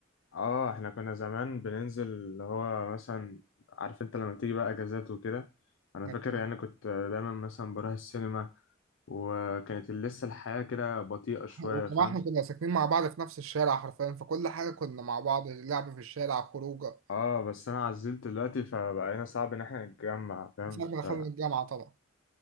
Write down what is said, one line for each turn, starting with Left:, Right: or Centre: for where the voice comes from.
Left: اه احنا كنا زمان بننزل اللي هو مثلا عارف انت لما تيجي بقى اجازات وكده انا
Right: يعني-
Left: فاكر يعني كنت دايما مثلا بروح السينما وكانت لسه الحياه كده بطيئه شويه
Right: وكمان
Left: فاهم
Right: احنا كنا ساكنين مع بعض في نفس الشارع حرفيا فكل حاجه كنا مع بعض لعب في الشارع خروجه
Left: اه بس انا عزلت دلوقتي فبقينا صعب ان احنا نتجمع فاهم
Right: من ساعه
Left: انت
Right: ما دخلنا الجامعه طبعا